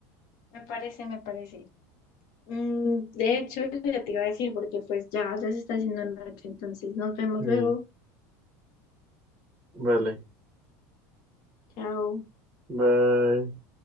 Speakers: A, on the left; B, on the right.
A: Me parece, me parece. Mm, de hecho, ya te iba a decir porque pues ya, ya se está haciendo noche, entonces nos vemos
B: Sí,
A: luego.
B: vale,
A: Chao.
B: bye.